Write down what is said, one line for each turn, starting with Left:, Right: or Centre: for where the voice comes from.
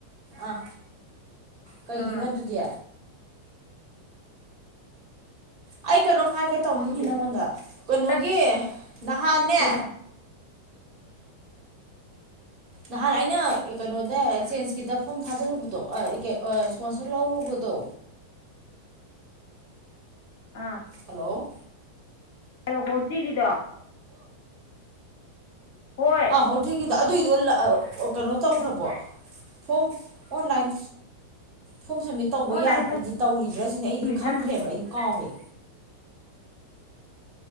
Right: ꯑꯥ ꯀꯩꯒꯤꯅꯣ
Left: ꯑꯥ
Right: ꯑꯗꯨꯗꯤ ꯑꯩ ꯀꯩꯅꯣꯝ ꯍꯥꯏꯒ ꯇꯧꯅꯤꯡꯉꯤ
Left: ꯈꯪꯗꯦ
Right: ꯅꯪꯉꯣꯟꯗ ꯀꯩꯅꯣꯒꯤ
Left: ꯇꯠ
Right: ꯅꯍꯥꯟꯅꯦ
Left: ꯀꯩꯅ
Right: ꯅꯍꯥꯟ ꯑꯩꯅ ꯀꯩꯅꯣꯗ ꯑꯦꯛꯆꯦꯟꯁꯀꯤꯗ ꯐꯣꯝ ꯊꯥꯖꯤꯜꯂꯨꯕꯗꯣ ꯏꯁꯄꯣꯟꯁꯔ ꯂꯧꯔꯨꯕꯗꯣ ꯗꯣ
Left: ꯑꯥ
Right: ꯍꯜꯂꯣ
Left: ꯍꯔꯣ ꯍꯣꯔ ꯊꯤꯒꯤꯗꯣ ꯍꯣꯏ
Right: ꯑꯣ ꯊ ꯏꯗ ꯑꯗꯨ ꯑꯗꯨ ꯀꯩꯅꯣ ꯇꯧꯈ꯭ꯔꯕꯣ ꯐꯣꯝ ꯑꯣꯟꯂꯥꯏꯟ ꯐꯣꯝ ꯁꯕꯃꯤꯠ ꯇꯧꯕ
Left: ꯑꯣꯟꯂꯥꯏꯟ
Right: ꯌꯥ ꯑꯩꯗꯤ ꯇꯧꯔꯤꯕ꯭ꯔꯥ ꯁꯤꯅꯦ ꯑꯩꯗꯤ
Left: ꯁꯕꯃꯤꯁꯟ
Right: ꯈꯪꯗ꯭ꯔꯦꯕ ꯑꯩꯗꯤ ꯀꯥꯎꯔꯦ